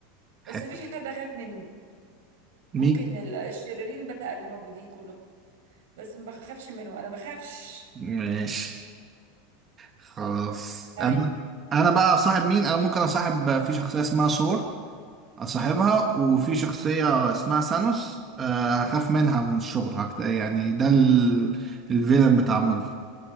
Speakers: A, on the right (about 80°); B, on the right (about 20°).
A: بس
B: حلو
A: مفيش حد اخاف منه
B: مين
A: ممكن ال- الشريرين بقى اللي موجودين كلهم بس ما بخافش منه انا بخافش
B: ماشي خلاص
A: طيب
B: انا انا بقى صاحب مين انا ممكن اصاحب في شخصيه اسمها سور اصاحبها وفي شخصيه اسمها سانوس آه، هخاف منها من الشغل هكذا يعني ده ال... الفيلن بتاع مارفل